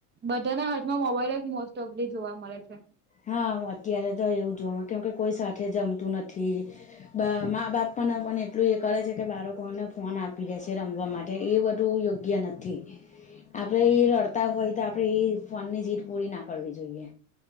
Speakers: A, on the right; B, on the left.
A: બધાના હાથમાં મોબાઈલ જ મોસ્ટ ઓફલી જોવા મળે છે.
B: હા, તો એવું જોમાં કેમકે કોઈ સાથે જમતું નથી. બા મા બાપાને પણ એટલું એ કરે છે કે, બાળકોને ફોન આપી દે છે, રમવા માટે એ બધું યોગ ગયા નથી, આપણે ઈ રડતા હોય તો, આપણે ઈ ફોનની જીદ પૂરી ના કરવી જોઈએ.